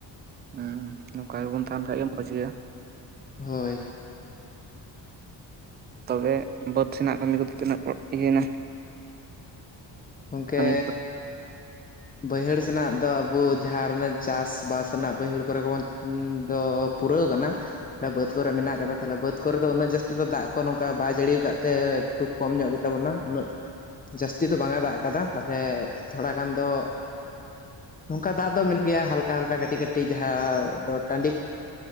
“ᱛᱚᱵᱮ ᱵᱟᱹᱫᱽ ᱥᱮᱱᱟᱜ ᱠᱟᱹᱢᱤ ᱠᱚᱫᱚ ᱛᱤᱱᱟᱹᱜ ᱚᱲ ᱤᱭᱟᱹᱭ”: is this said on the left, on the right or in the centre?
Right